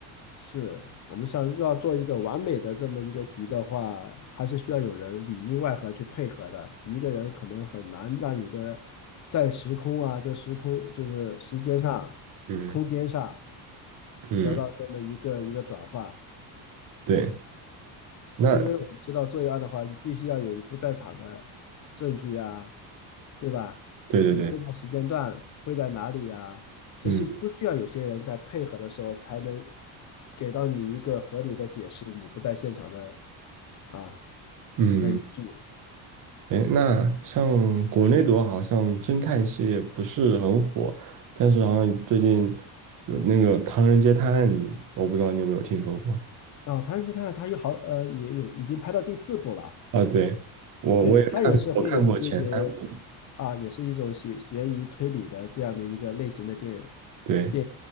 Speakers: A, on the left; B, on the right.
A: 是我们想要做一个完美的这么一个局的话，还是需要有人里应外合去配合的。一个人可能很难让你的在时空啊，就时空就是时间上、
B: 嗯
A: 空间上
B: 嗯，
A: 得到这么一个一个转换。
B: 对，那
A: 因为我们知道作案的话，你必须要有一不在场的证据啊，对吧？
B: 对对对，
A: 你这个时间段会在哪里呀？这些都需要有些人在配合的时候，
B: 嗯
A: 才能给到你一个合理的解释，你不在现场的啊
B: 嗯，
A: 那依据。
B: 哎，那像国内的话，好像侦探系列不是很火，但是好像最近有那个《唐人街探案》，我不知道你有没有听说过。
A: 啊，《唐人街探案》它有好呃也有已经拍到第四部了，
B: 啊，对，我我也看，
A: 对，它也是会有这些
B: 我看过前三部，
A: 啊，也是一种悬悬疑推理的这样的一个类型的电
B: 对，
A: 电，